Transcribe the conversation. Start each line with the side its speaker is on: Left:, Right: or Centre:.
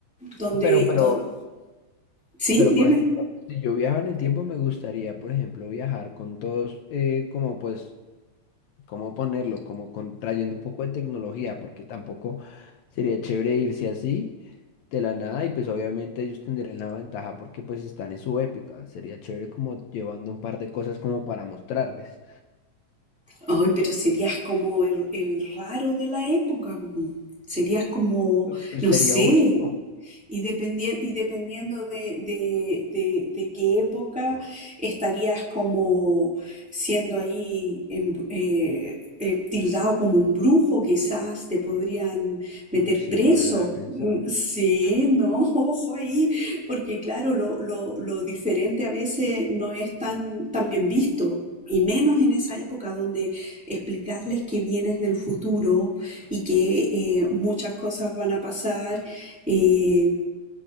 Centre: donde,
Left: pero, pero,
Centre: don- sí,
Left: pero
Centre: dime.
Left: por ejemplo, si yo viajaba en el tiempo, me gustaría, por ejemplo, viajar con todos, eh, como pues cómo ponerlo, como con, trayendo un poco de tecnología, porque tampoco sería chévere irse así de la nada y pues obviamente ellos tendrían la ventaja porque pues están en su épica. Sería chévere como llevando un par de cosas como para mostrarles.
Centre: Ay, pero serías como el, el raro de la época. po. Serías como,
Left: Pues pues,
Centre: no
Left: sería
Centre: sé,
Left: único.
Centre: y, dependien- y dependiendo de, de- de- de qué época estarías como siendo ahí en- eh, eh, tildado como un brujo, quizás te podrían meter
Left: Uy, sí,
Centre: preso.
Left: eso no lo había pensado.
Centre: Mm, Sí, no, <laughs> ojo ahí, porque claro, lo, lo- lo diferente a veces no es tan, tan bien visto. Y menos en esa época donde explicarles que vienes del futuro y que eh, muchas cosas van a pasar, eh,